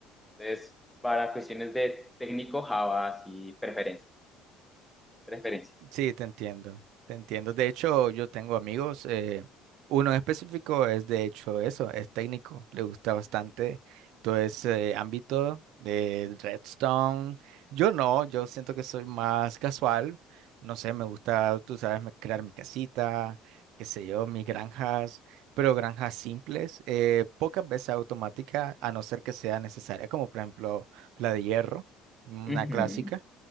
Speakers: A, in the centre; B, on the right.
A: Entonces, para cuestiones de técnico, Java, y preferencias. Preferencias.
B: Sí, te entiendo, te entiendo. De hecho, yo tengo amigos, eh, uno en específico es de hecho eso, es técnico, le gusta bastante todo ese ámbito de Redstone. Yo no, yo siento que soy más casual, no sé, me gusta, tú sabes, me- crear mi casita, qué sé yo, mis granjas, pero granjas simples, eh, pocas veces automática, a no ser que sea necesaria, como por ejemplo la de hierro, una
A: Ujú.
B: clásica.